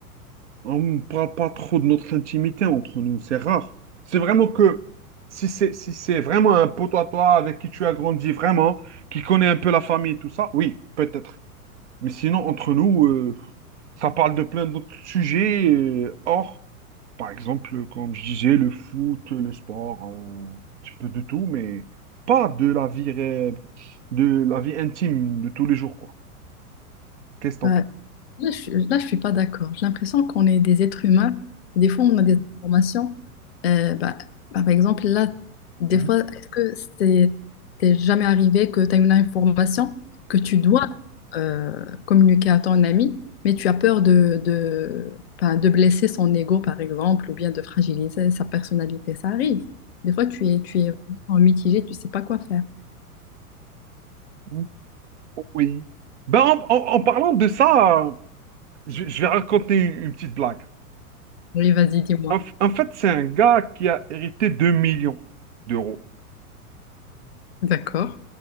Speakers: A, on the right; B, on the left.
A: On ne parle pas trop de notre intimité entre nous, c'est rare. C'est vraiment que si c'est si c'est vraiment un pote à toi avec qui tu as grandi vraiment, qui connaît un peu la famille et tout ça, oui, peut-être. Mais sinon, entre nous, euh, ça parle de plein d'autres sujets. euh, hors, par exemple, comme je disais, le foot, le sport, euh, un petit peu de tout, mais pas de la vie, ré- de la vie intime de tous les jours, quoi. Qu'est-ce que t'en
B: Bah,
A: penses?
B: Là, je ne suis, là, je suis pas d'accord. J'ai l'impression qu'on est des êtres humains. Des fois, on a des informations. Euh, bah, bah, par exemple, là, des
A: Mhm,
B: fois, est-ce que c'est t'es jamais arrivé que tu as une information que tu dois euh, communiquer à ton ami, mais tu as peur de, de, enfin, de blesser son ego, par exemple, ou bien de fragiliser sa personnalité. Ça arrive. Des fois, tu es, tu es en mitigé, tu sais pas quoi faire.
A: mhm. Oui. Ben, en, en- en parlant de ça, euh, je, je vais raconter une, une petite blague.
B: Oui, vas-y, dis-moi.
A: En, f- en fait, c'est un gars qui a hérité 2 millions d'euros.
B: D'accord.